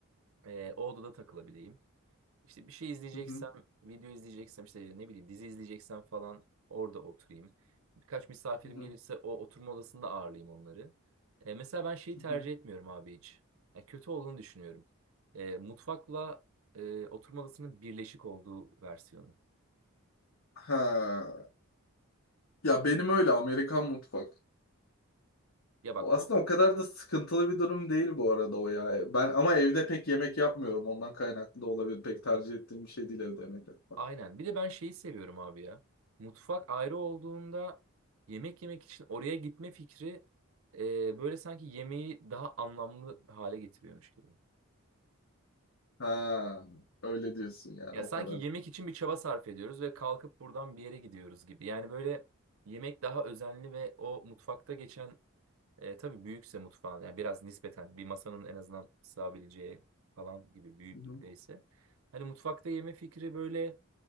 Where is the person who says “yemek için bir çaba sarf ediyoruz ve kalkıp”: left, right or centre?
Right